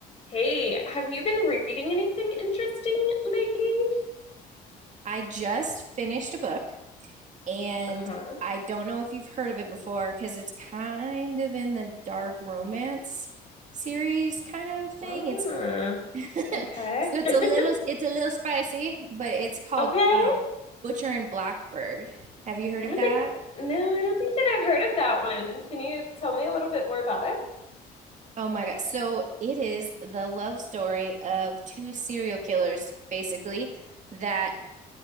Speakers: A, on the left (about 40°); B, on the right (about 45°).
A: Hey, have you been reading anything interesting lately?
B: I just finished a book and
A: Uh-huh.
B: I don't know if you've heard of it before because it's kind of in the dark romance series kind of thing.
A: Ah,
B: It's <laughs>
A: okay.
B: so it's
A: <laughs>
B: a little it's a little spicy, but it's called
A: Okay. I
B: um, Butcher and Blackbird. Have you heard
A: don't
B: of that?
A: think, no, I don't think that I've heard of that one. Can you tell me a little bit more about it?
B: Oh my God. So it is the love story of two serial killers, basically, that